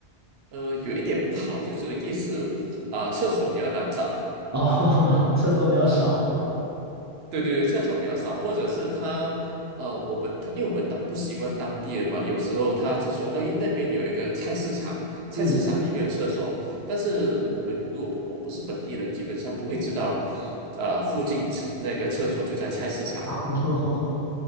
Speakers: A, on the right; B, on the right.
A: 呃有一点不好就是夜市啊、厕所比较难找。
B: 哦，<laughs> 厕所比较少是吧？
A: 对对对，厕所比较少，或者是他呃，我们他因为我们当不习惯当地人嘛，有时候他是说，哎，那边有一个菜市场，菜市场里面有厕所，
B: 嗯，
A: 但是我们如果不我们不是本地人，基本上不会知道，呃，附近厕那个厕所就在菜市场。
B: <laughs>